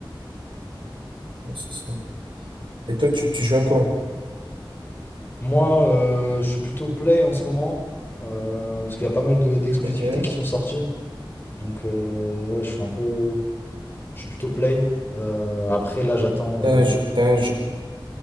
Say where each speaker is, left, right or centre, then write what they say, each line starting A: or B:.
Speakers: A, on the right; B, on the left.
A: vrai. Et toi, tu, tu joues à quoi?
B: Moi, euh, je suis plutôt play en ce moment, euh, parce qu'il y a pas mal de- d'exclusivités
A: Ok.
B: qui sont sorties. Donc, euh, ouais, je suis un peu. Je suis plutôt play. Euh, après, là, j'attends
A: T'as
B: euh,
A: un jeu, t'as un jeu,